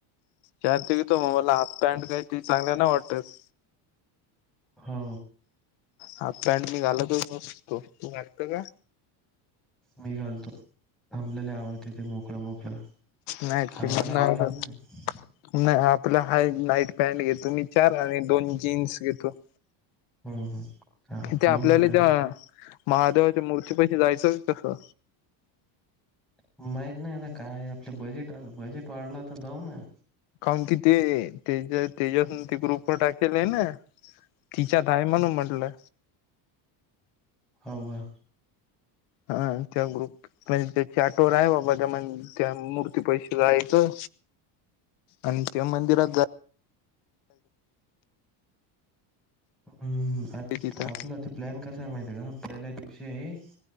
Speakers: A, on the left; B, in the centre.
A: चार ते घेतो म मला. हाफ पॅन्ट काही ती चांगल्या नाही वाटत.
B: हो
A: हाप पॅन्ट मी घालतच नसतो. तू घालत का.
B: मी घालतो. आमल्याल्या आवडते ते मोकळ मोकळ.
A: नाही ते
B: हावा
A: मग
B: लागली
A: नाही
B: पाहिजे
A: घालत
B: ना आत.
A: नाही आपलं हाय नाईट पॅन्ट घेतो मी चार आणि दोन जीन्स घेतो.
B: हम्म हम्म हा
A: त्या आपल्याले
B: मी तर
A: त्या महादेवाच्या मूर्तीपशी जायचं कसं.
B: माहित नाही ना कायय आपलं बजेट. बजेट वाढला तर जाऊ ना.
A: काउन की ते, तेज्यातेज्यातून ते ग्रुप वर टाकतील नाई ना. तिच्यात आहे म्हणून म्हटलं.
B: हाव गा.
A: हा त्या ग्रुप, म्हणजे त्या चॅटवर आहे बाबा त्या मं त्या मूर्तीपशी. जायचं आण त्या मंदिरात जा
B: हम्म्
A: तिथं
B: आपला ते प्लॅन कसा आहे माहितय का? पहिल्या दिवशी आहे